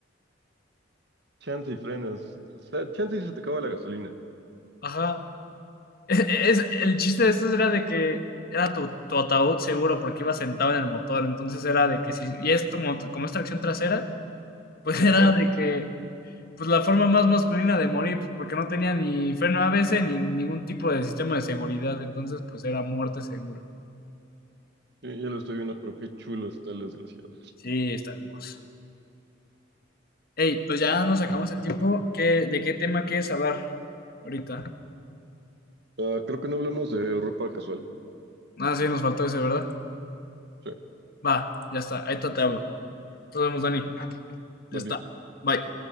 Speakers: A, on the right; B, on the left.
A: Chance y frenas. O sea, chance y se te acaba la gasolina.
B: ajá. <laughs> Es, es- el chiste de estos era de que era tu, tu ataúd seguro porque iba sentado en el motor, entonces era de que si, y esto como, como es tracción trasera, pues
A: Ajá.
B: <laughs> era de que pues la forma más masculina de morir, pues porque no tenía ni freno ABS ni ningún tipo de sistema de seguridad, entonces pues era muerte segura.
A: Ya, ya lo estoy viendo, pero qué chulo está el desgraciado.
B: Sí, está hermoso. Ey, pues ya nos acabamos el tiempo. ¿Qué, de qué tema quieres hablar ahorita?
A: Ah, creo que no hablamos de ropa casual.
B: Ah, sí, nos faltó ese, ¿verdad?
A: Sí,
B: Va, ya está, ahí te te hablo. Nos vemos, Dani. Ya
A: Bambi.
B: está. Bye.